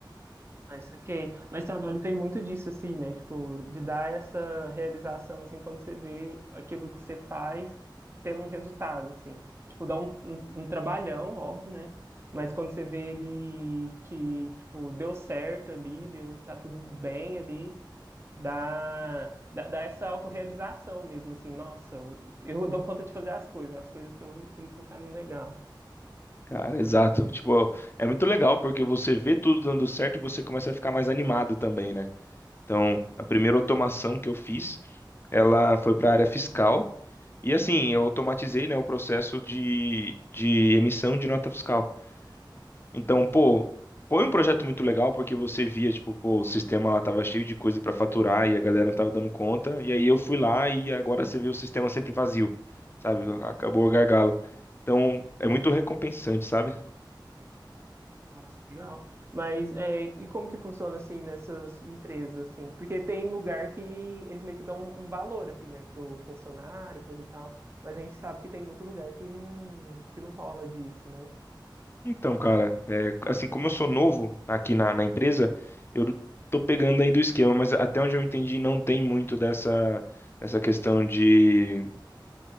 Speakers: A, on the right; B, on the left.
A: Mas ok. Mas trabalho tem muito disso, assim, né? Tipo, de dar essa realização, assim, quando você vê aquilo que você faz tendo um resultado, assim. Tipo, dá um, um, um trabalhão, óbvio, né? Mas quando você vê ele que, tipo, deu certo ali, deu, tá tudo bem ali, dá, dá, dá essa autorrealização mesmo, assim, nossa, eu dou conta de fazer as coisas, as coisas estão indo para um caminho legal.
B: Cara, exato. Tipo, é muito legal porque você vê tudo dando certo e você começa a ficar mais animado também, né? Então, a primeira automação que eu fiz, ela foi para a área fiscal. E assim, eu automatizei, né, o processo de, de emissão de nota fiscal. Então, pô, foi um projeto muito legal porque você via, tipo, pô, o sistema lá tava cheio de coisa para faturar e a galera não tava dando conta. E aí eu fui lá e agora você vê o sistema sempre vazio, sabe? Acabou o gargalo. Então, é muito recompensante, sabe?
A: Nossa, legal. Mas é, e como que funciona assim nessa sua empresa, assim? Porque tem lugar que eles meio que dão um um valor, assim, né, pro funcionário, coisa e tal. Mas a gente sabe que tem muito lugar que não, que não rola disso, né?
B: Então, cara, é, assim, como eu sou novo aqui na, na empresa, eu tô pegando aí do esquema, mas até onde eu entendi, não tem muito dessa, dessa questão de